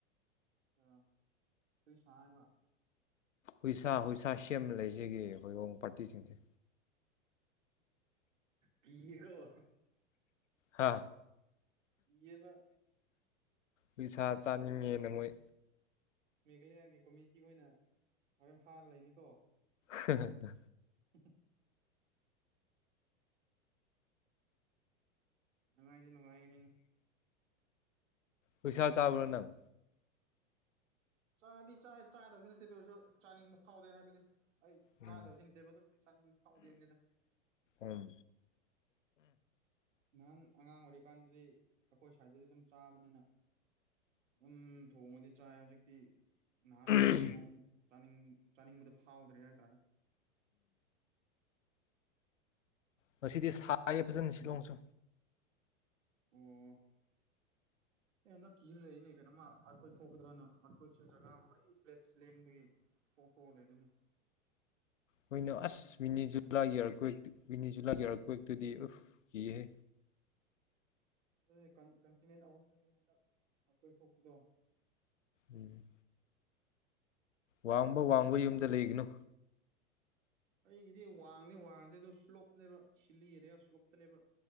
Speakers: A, on the right; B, on the left.
A: ꯑꯥ ꯀꯔꯤ ꯁꯥ ꯍꯥꯏꯕ
B: ꯍꯨꯏꯁꯥ ꯍꯨꯏꯁꯥ ꯁꯦꯝꯂ ꯂꯩꯖꯒꯦꯌꯦ ꯍꯧꯔꯣꯡ ꯄꯥꯔꯇꯤꯁꯤꯡꯁꯦ
A: ꯍꯦꯍꯦ ꯀꯔꯤꯔꯣ
B: ꯍꯥ
A: ꯀꯤꯑꯦꯕ
B: ꯍꯨꯏꯁꯥ ꯆꯥꯅꯤꯡꯉꯦꯅ ꯃꯣꯏ
A: ꯃꯦꯘꯂꯌꯥꯒꯤ ꯀꯣꯃꯤꯇꯤ ꯍꯣꯏꯅ ꯍꯣꯔꯦꯟ ꯐꯥꯔ ꯂꯩꯅꯤꯀꯣ
B: ꯍꯥꯍꯥ
A: ꯍꯝꯍꯝ ꯅꯨꯡꯉꯥꯏꯗꯤ ꯅꯨꯡꯉꯥꯏꯒꯅꯤꯅꯦ
B: ꯍꯨꯏꯁꯥ ꯆꯕ꯭ꯔꯥ ꯅꯪ
A: ꯆꯥꯗꯤ ꯆꯥꯏ ꯆꯥꯗꯕꯗꯤ ꯅꯠꯇꯦ ꯑꯗꯨ ꯑꯣꯏꯔꯁꯨ ꯆꯥꯅꯤꯡꯕꯗꯤ ꯐꯥꯎꯗꯦ ꯍꯥꯏꯕꯗꯤ ꯑꯩ
B: ꯎꯝ
A: ꯆꯥꯗꯕꯗꯤ ꯅꯠꯇꯦꯕ ꯗꯨꯝ ꯆꯅꯤꯡꯕ ꯐꯥꯎꯗꯦ ꯍꯥꯕꯅꯤꯗ
B: ꯎꯝ
A: ꯅꯍꯥꯟ ꯑꯉꯥꯡ ꯑꯣꯏꯔꯤꯀꯥꯟꯗꯗꯤ ꯑꯈꯣꯏ ꯁ꯭ꯋꯥꯏꯗꯗꯤ ꯑꯗꯨꯝ ꯆꯥꯕꯅꯤꯅ ꯎꯝ ꯊꯣꯡꯉꯗꯤ ꯆꯥꯏ ꯍꯧꯖꯤꯛꯇꯤ ꯅꯍꯥꯟ
B: ꯎꯝ
A: ꯅꯨ ꯆꯥꯅꯤꯡ ꯆꯥꯅꯤꯡ ꯆꯅꯤꯡꯕꯗꯨ ꯐꯥꯎꯗ꯭ꯔꯦ ꯍꯥꯏꯇꯥꯔꯦ
B: ꯉꯁꯤꯗꯤ ꯁꯥꯏꯌꯦ ꯐꯖꯅ ꯁꯤꯂꯣꯡꯁꯨ
A: ꯑꯣ ꯑꯦ ꯍꯟꯗꯛ ꯀꯤꯔ ꯂꯩꯛꯏꯅꯦ ꯀꯩꯅꯣꯃ ꯑꯩꯈꯣꯏ ꯊꯣꯛꯀꯗ꯭ꯔꯥꯅ ꯑꯩꯏꯁꯨ ꯖꯒꯥ ꯃꯈꯣꯏ ꯄ꯭ꯂꯦꯠꯁ ꯂꯦꯡꯕꯒꯤ ꯐꯣꯇꯣ ꯂꯩꯔꯣꯏꯅꯦ
B: ꯃꯣꯏꯅ ꯑꯁ ꯃꯤꯅꯤꯠ ꯖꯨꯂꯥ ꯌꯥꯔꯛꯀꯣꯏ ꯕꯤꯅꯤꯖꯨꯂ ꯒꯤ ꯑꯥꯔꯊꯀ꯭ꯋꯦꯛ ꯇꯨꯗꯤ ꯎꯐ ꯀꯤꯍꯦ
A: ꯅꯣꯏ ꯀꯟꯇꯤꯅꯦꯟ ꯑꯍꯨꯝꯗꯅꯤ ꯍꯟꯗꯛ ꯑꯣꯔꯊꯀ꯭ꯋꯦꯛ ꯊꯣꯛꯄꯗꯣ
B: ꯎꯝ ꯋꯥꯡꯕ ꯋꯥꯡꯕ ꯌꯨꯝꯗ ꯂꯩꯒꯅꯨ
A: ꯑꯩꯒꯤꯗꯤ ꯋꯥꯡꯗꯦ ꯋꯥꯡꯗꯦ ꯑꯗꯨ ꯁ꯭ꯂꯣꯞꯅꯦꯕ ꯁꯤꯂꯤ ꯑꯦꯔꯤꯌꯥ ꯁ꯭ꯂꯣꯞꯇꯅꯦꯕ